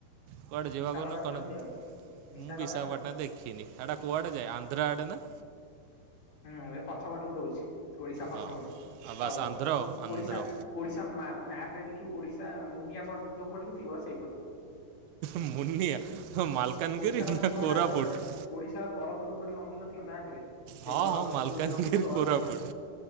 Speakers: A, on the right; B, on the left.
A: କୁଆଡେ ଯିବା
B: ବିଶାଖାପାଟନମ୍
A: କହୁନ କଣ?
B: ଯିବା? ବିଶାଖାପାଟନମ୍
A: ମୁଁ ବିଶାପାଟଣା ଦେ ଖୀନି ସେଟା କୁଆଡେ ଯାଏ ଆନ୍ଧ୍ରା ଆଡ଼େ ନା?
B: ହୁଁ ଏ ପଛପଟକୁ ରହୁଛି ଓଡିଶା ପଛପଟକୁ
A: ହଁ ଆଉ ବାସ୍
B: ତଳକୁ
A: ଆନ୍ଧ୍ର ଆଉ
B: ମୁଁ
A: ଆନ୍ଧ୍ର
B: ଓଡିଶା। ଓଡିଶା ମା ମ୍ୟାପ ରେ ଦେଖିବୁ ଓଡିଶା ମୁନିଆ ପଟ ଯୋଉ ପଟକୁ ଥିବ ସେଇପଟକୁ।
A: ମୁନିଆ ହ ମାଲକାନଗିରି
B: ଓଡିଶାର
A: ନା
B: ମୁନ
A: କୋରାପୁଟ।
B: ଟା ଯୋଉପଟେ ଓଡିଶାର ତଳପଟକୁ ଗୋଟେ ଲମ୍ବିନ ନଥିବ ମ୍ୟାପରେ ସେଇ
A: ହଁ
B: ତଳପଟକୁ
A: ହଁ ମାଲକାନଗିରି
B: ଯୋଉଠି ଲମ୍ବିଥିବ
A: କୋରାପୁଟ
B: ସେଇଟା।